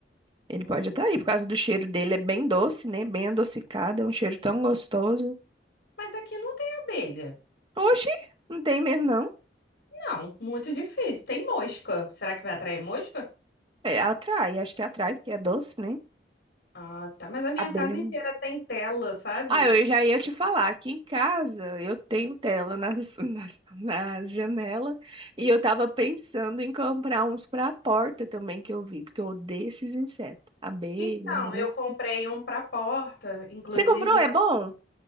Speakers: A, on the right; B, on the left.
A: Ele
B: hum,
A: pode atrair, por causa do cheiro dele, é bem doce, né? Bem adocicado, é um cheiro tão gostoso.
B: mas aqui não tem abelha.
A: Oxi, não tem mesmo, não.
B: Não, muito difícil. Tem mosca. Será que vai atrair mosca?
A: É, atrai, acho que atrai, porque é doce, né?
B: Ah, tá. Mas a minha
A: Abelha.
B: casa
A: não-
B: inteira tem tela, sabe?
A: Ah, eu já ia te falar, aqui em casa eu tenho tela nas, <laughs> nas, nas janelas e eu tava pensando em comprar uns pra porta também que eu vi, porque eu odeio esses insetos. Abelha,
B: Então,
A: mosca.
B: eu comprei um para porta, inclusive.
A: Você comprou?
B: eu-
A: É bom?